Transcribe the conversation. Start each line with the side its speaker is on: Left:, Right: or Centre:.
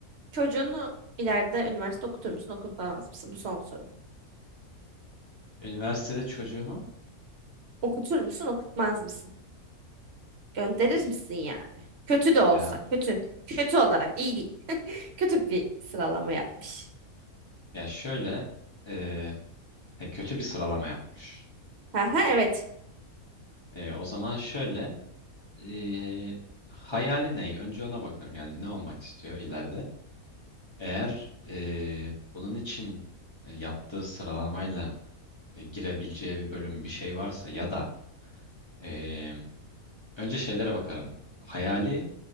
Right: çocuğunu ileride üniversite okutur musun, okutmaz mısın? Bu son sorum.
Left: Üniversitede çocuğumu
Right: Okutur musun, okutmaz mısın? Gönderir
Left: e,
Right: misin yani? Kötü de olsa,
Left: ya
Right: kötü. Kötü olarak iyi değil. <laughs> Kötü bir sıralama yapmış.
Left: ya şöyle e, e, kötü bir sıralama yapmış.
Right: Aha, evet.
Left: E, o zaman şöyle e, hayali ne? Önce ona bakarım yani ne olmak istiyor ileride. Eğer e, bunun için e, yaptığı sıralamayla e, girebileceği bir bölüm bir şey varsa ya da e, önce şeylere bakarım. Hayali